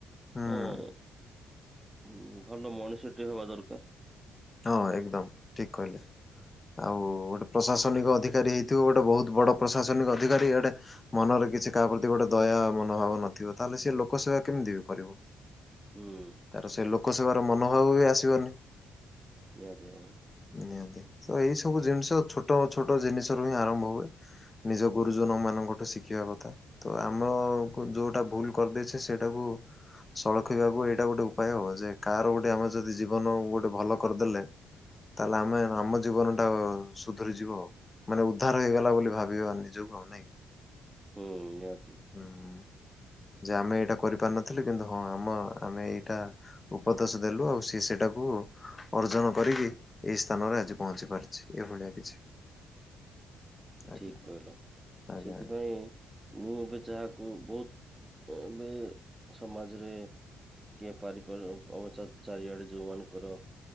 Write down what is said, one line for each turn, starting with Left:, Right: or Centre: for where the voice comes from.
Left: ହୁଁ
Right: ଅଁ-ମହାନ ମଣିଷ ଟିଏ ହବା ଦରକାର୍।
Left: ହଁ ଏକଦମ ଠିକ୍ କହିଲେ। ଆଉ ଗୋଟେ ପ୍ରଶାସନିକ ଅଧିକାରୀ ହେଇଥିବ ଗୋଟେ ବହୁତ ବଡ଼ ପ୍ରଶାସନିକ ଅଧିକାରୀ ଏଇଡ଼େ ମନରେ କିଛି କାହା ପ୍ରତି ଗୋଟେ ଦୟା ମନୋଭାବ ନଥିବ ତାହେଲେ ସିଏ ଲୋକ ସେବା କେମିତି ବି କରିବ।
Right: ହୁଁ,
Left: ତାର ସେ ଲୋକସେବାର ମନୋଭାବ ବି ଆସିବନି।
Right: ନିହାତି ଭାବରେ।
Left: ନିହାତି ଏଇ ସବୁ ଜିନିଷ ଛୋଟ-ଛୋଟ ଜିନିଷ ରୁ ହିଁ ଆରମ୍ଭ ହୁଏ‌‌। ‌ ନିଜ ଗୁରୁଜନ ମାନଙ୍କଠୁ ଶିଖିବା କଥା ତ ଆମକୁ ଯୋଉଟା ଭୁଲ, କରିଦେଇଛେ ସେଇଟାକୁ, ସଳକି ବାବୁ ଏଇଟା ଗୋଟେ ଉପାୟ ହବ ଯେ କାହାର ଗୋଟେ ଆମର ଯଦି ଜୀବନ ଗୋଟେ ଭଲ, କରିଦେଲେ ତାହେଲେ ଆମେ ଆମ ଜୀବନ ଟା ଅ, ସୁଧରିଯିବ ଆଉ ମାନେ ଉଦ୍ଧାର ହେଇଗଲା ବୋଲି ଭାବିବା ନିଜକୁ ଆମେ।
Right: ହୁଁ ନିହାତି।
Left: ହୁଁ ଯେ ଆମେ ଏଇଟା କରିପାରିନଥିଲୁ କିନ୍ତୁ ହଁ ଆମ ଆମେ ଏଇଟା, ଉପଦେଶ ଦେଲୁ ଆଉ ସେଏ ସେଇଟାକୁ, ଅର୍ଜନ କରିକି ଏହିଇ ସ୍ଥାନରେ ଆଜି ପହଞ୍ଚି ପାରିଛି ଏଭଳିଆ କିଛି,। ଆଜ୍ଞା।
Right: ଠିକ୍ କହିଲ
Left: ଆଜ୍ଞା
Right: ସେଥିପାଇଁ,
Left: ଆଜ୍ଞା
Right: ମୁଁ ଏବେ ଯାହାକୁ ବହୁତ ଏ ଏବେ ସମାଜରେ, କିଏ ପାରିପର ଅଚାତ ଚାରିଆଡ଼େ ଯୋଉ ମାନଙ୍କର,